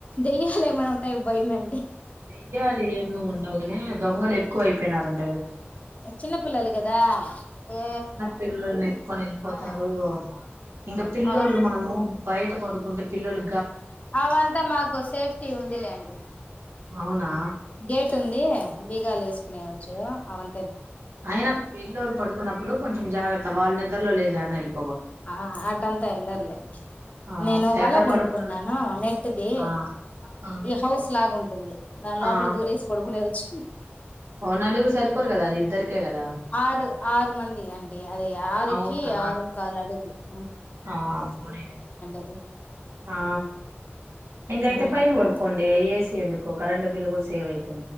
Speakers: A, on the left; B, on the right.
A: దెయ్యాల ఏమైనా ఉంటాయో భయమండి
B: దెయ్యాలు ఏం ఉండవు కాని దొంగలు ఎక్కువ అయిపోయినారండి
A: చిన్న పిల్లలు కదా ఏ
B: చిన్న పిల్లుల్ని ఎత్తుకొని వెళ్ళిపోతారు
A: ఆ
B: ఇంక పిల్లోలు
A: అవం
B: మనము బయట పడు ఉంటే పిల్లలు
A: అవంతా మాకు సేఫ్టీ ఉందిలేండి
B: అవునా
A: గేట్ వస్తుంది బిగాలు వేసుకునేవచ్చు అవును
B: ఆయన పిలోళ్ళు పడుకున్నప్పుడు కొంచెం జాగత్త వాళ్ళ నిద్రలో లేచి ఏడనైన వెళ్లి
A: ఆ అటంతా ఎల్లరులే
B: ఆ
A: నేను వల
B: ఎక్కడ
A: కొనుక్కున్నాను
B: పడుకున్నారు
A: నెట్ ది
B: ఆ ఆ
A: ఈ హౌస్ లాగాంటుంది దాని లోపల
B: ఆ ఆ
A: దూరేసి పడుకునే వచ్చు
B: ఓ నలుగురు సరిపోరు కదా అది ఇద్దరికే కదా
A: ఆరు ఆరు మంది అండి అది ఆరుకి
B: అవునా
A: ఆరు ఎ
B: ఆ పోడినే
A: అది
B: ఆ ఇంగాయితే
A: ఆ
B: పైన
A: దో
B: పడుకోండి ఏసి ఎందుకో కరంట్ బిల్ కూడా సేవ్ యితే